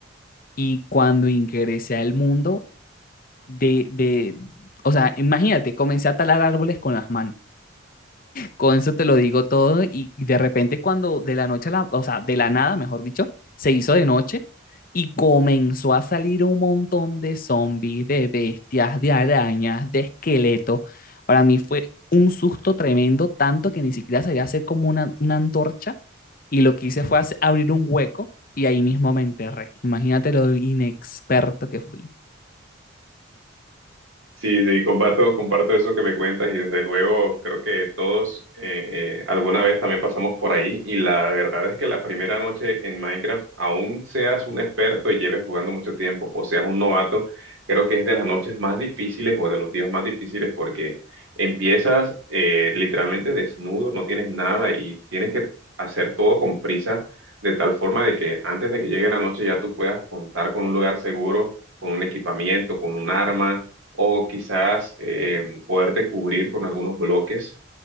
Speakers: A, on the left (about 45°); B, on the right (about 85°).
A: Y cuando ingresé al mundo, de, de, o sea, imagínate, comencé a talar árboles con las manos. Con eso te lo digo todo y de repente cuando de la noche a la, o sea, de la nada, mejor dicho, se hizo de noche y comenzó a salir un montón de zombies, de bestias, de arañas, de esqueletos. Para mí fue un susto tremendo, tanto que ni siquiera sabía hacer como una, una antorcha y lo que hice fue hacer- abrir un hueco y ahí mismo me enterré. Imagínate lo inexperto que fui.
B: Sí, sí, comparto, comparto eso que me cuentas y desde luego creo que todos eh, eh, alguna vez también pasamos por ahí y la verdad es que la primera noche en Minecraft, aún seas un experto y lleves jugando mucho tiempo o seas un novato, creo que es de las noches más difíciles o de los días más difíciles porque empiezas eh, literalmente desnudo, no tienes nada y tienes que hacer todo con prisa de tal forma de que antes de que llegue la noche ya tú puedas contar con un lugar seguro, con un equipamiento, con un arma o quizás eh, poderte cubrir con algunos bloques.